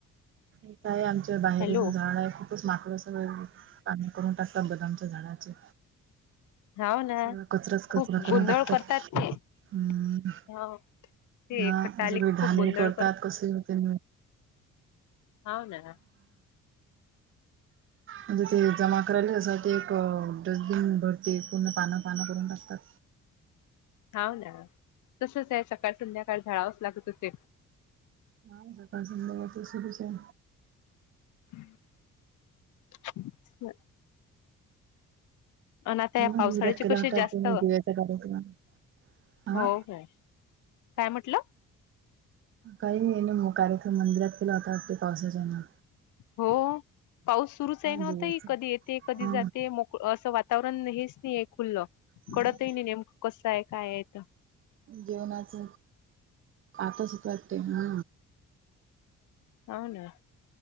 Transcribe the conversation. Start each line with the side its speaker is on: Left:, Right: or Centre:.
Right: हे, काय आमच्या बाहेर
Left: हॅलो
Right: झाडं आहे, खूपच माकड असतात पाणी करून टाकतात बदामच्या झाडाचे
Left: हाव ना
Right: सगळा कचराच
Left: खूप
Right: कचरा करून
Left: गोंधळ
Right: टाकतात,
Left: करतात ते
Right: हम्म..
Left: हो ते
Right: ह,
Left: एकट्टा
Right: असं
Left: आले
Right: काही
Left: की
Right: घान
Left: खूप गोंधळ
Right: ही करतात कस त्यां
Left: हाव ना <inaudible>
Right: म्हणजे ते जमा करायला त्यासाठी एक डस्टबिन भरती पूर्ण पानं पानं करून टाकतात
Left: हा ना तसच आहे सकाळ संध्याकाळ झाडावच लागतते
Right: नाही सकाळ संध्याकाळ ते सुरूच आहे
Left: <inaudible> आणि आता या
Right: मंदिरात
Left: पावसाळ्याचे
Right: केला
Left: कशी
Right: होता
Left: जास्त
Right: दिव्याचा कार्यक्रम. हा
Left: हो काय? काय म्हटलं?
Right: काय मेनू मग कार्यक्रम मंदरात? टी पावसाच आहे ना?
Left: हो पाऊस सुरूच ए ना
Right: जेवायच
Left: ओ ताई, कधी येते कधी
Right: हा
Left: जाते मोक असं वातावरणच हेच नाहीय खुललं.
Right: हा
Left: कळत आहे नाही नेमकं कस आहे काय आहेत?
Right: जेवणाच आता सुतते वाटते ना?
Left: हो ना